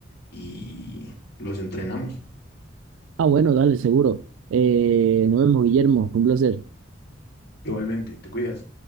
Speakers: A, on the left (about 55°); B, on the right (about 85°).
A: y los entrenamos.
B: Ah, bueno, dale, seguro. Eh, nos vemos, Guillermo. Fue un placer.
A: Igualmente, te cuidas.